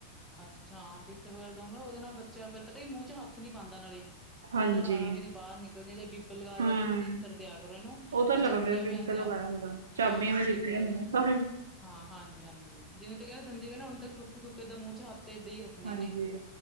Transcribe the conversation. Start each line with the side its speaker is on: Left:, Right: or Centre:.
Centre: ਅੱਛਾ-ਅੱਛਾਂ ਹਾਂ ਟੀਥਰ ਵਗੈਰਾ ਦੋਓਂਗੇ ਨਾ, ਉਹਦੇ ਬੱਚਾ ਫਿਰ ਪਤਾ ਮੂੰਹ ਚ ਹਾਥ ਨੀ ਪਾਂਦਾ ਨਾਲੇ।
Right: ਹਾਂਜੀ
Centre: ਉਹਦੇ ਨਾਲ ਰਾਰਾ ਵੀ ਨੀ ਬਾਰ ਨਿਕਲਦੀਆਂ ਜਾਂ ਬੀਬ ਲਗਾ ਦੇਆ
Right: ਹੂੰ
Centre: ਕਰੋ ਟੀ ਥਰ ਦੇਆ ਕਰੋ ਏਹਨੂੰ
Right: ਉਹ ਤਾਂ
Centre: ਜਾਂ
Right: ਲੱਗਦੇ
Centre: ਚਾਬੀਆਂ ਵੀ ਆਂਦੀਆਂ
Right: ਤਾਂ ਲਗਾਇਆ
Centre: ਏ,
Right: ਹੁੰਦਾ ਚਾਬੀਆਂ
Centre: ਹਾਂ
Right: ਵੀ
Centre: ਏਹ ਲ
Right: <unintelligible>
Centre: ਹਾਂ ਹਾਂਜੀ-ਹਾਂਜੀ ਜਿਨੇ ਤਕ ਏਹਨੂੰ ਦੰਦੀ ਨੀ ਨਾ ਉਹਨੇ ਤੱਕ ਥੁੱਕ-ਥੁੱਕ ਐਦਾ ਮੂੰਹ ਚ ਹੱਥ ਤੇ ਐਦੀ ਈ ਰ ਖਨਾ
Right: ਹਾਂਜੀ
Centre: ਏਹਨੇ,